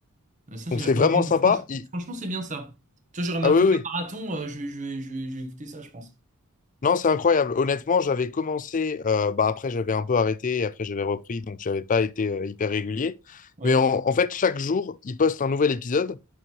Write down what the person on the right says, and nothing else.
Bah, ça, c'est-
oh,
oh, franch-
franchement, c'est bien ça. Tu vois, j'aurais ma
prépa
marathon, euh, je, vais- je, vais- je, vais- je vais écouter ça, je pense.
Ouais,